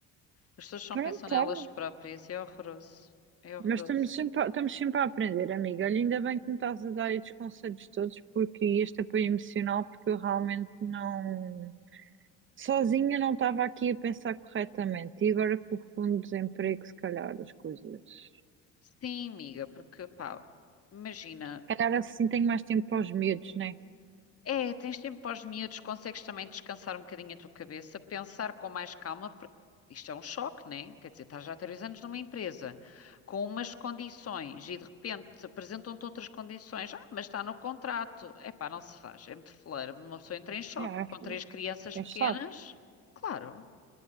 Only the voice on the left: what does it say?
As pessoas só
pensam nelas
próprias. É horroroso. É horroroso.
Sim, amiga, porque, pá, imagina.
É, tens tempo para os miúdos, consegues também descansar um bocadinho a tua cabeça, pensar com mais calma, porque isto é um choque, né? Quer dizer, estás já há três anos numa empresa com umas condições e de repente apresentam-te outras condições. Ah, mas está no contrato. Epá, não se faz. É muito feleira. Uma pessoa entra em choque
com três crianças pequenas.
Claro.